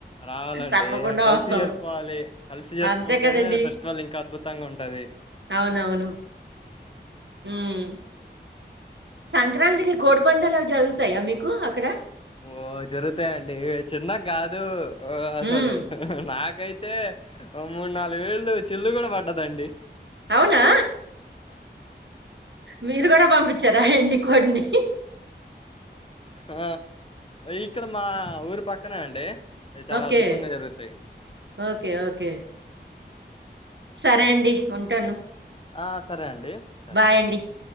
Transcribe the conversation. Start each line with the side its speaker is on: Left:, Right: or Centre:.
Left: రావాలండి
Right: తప్పకుండా
Left: కలిసి
Right: వస్తాం.
Left: జరుపుకోవాలి కలిసి జరుపుకుంటేనే
Right: అంతే కదండీ!
Left: ఫెస్టివల్ ఇంకా అద్భుతంగా ఉంటది
Right: అవునవును హమ్ సంక్రాంతికి కోడి పందాలుఅవి జరుగుతాయా మీకు అక్కడ
Left: ఓ జరుగుతాయండి చిన్న కాదు అసలు
Right: హ్మ్.
Left: నాకు నాకైతే మూడు నాలుగు వెళ్లు చిల్లు కూడా పడ్డదండి
Right: అవునా మీరు కూడా పంపించారా ఎన్ని కోడిని
Left: ఆ ఇక్కడ మా ఊరు పక్కనే అండి చాలా
Right: ఓకే.
Left: అద్భుతంగా జరుగుతాయి
Right: ఓకే. ఓకే. సరే అండి. ఉంటాను
Left: అ సరే అండి సరే
Right: బాయ్
Left: సరే
Right: అండి.
Left: అ